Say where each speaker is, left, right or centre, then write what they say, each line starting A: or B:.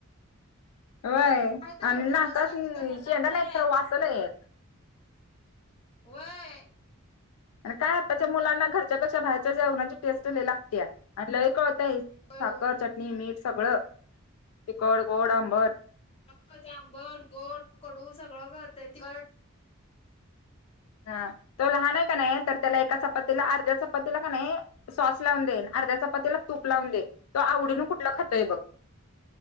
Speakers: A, on the left (about 80°); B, on the left (about 25°).
A: वय
B: हाय तर
A: आणि
B: एवढा
A: ना
B: एवढासा
A: कस शचेेंडा
B: खरं त्याला नाक लय
A: नाही
B: आहे
A: र वासल य.
B: कय.
A: आणि काय आताच्या मुलांना घरच्यापेक्षा बाहेरच्या
B: असलं
A: जेवणाची टेस्ट ल लागते आणि ल कळ.
B: होय
A: साखर
B: होय
A: चटणी मीठ सगळं तिकड गोड आंबर.
B: ते आंबट गोड कडू सगळं करते तिकट.
A: हा तो लहान आहे का नाही तर त्याला एका चपातीला अर्ध्या चपातीला का नाही. सॉस लावून देन अर्ध्या चपातीला तूप लावून दे तो आवडीन कुठला खातोय बघ.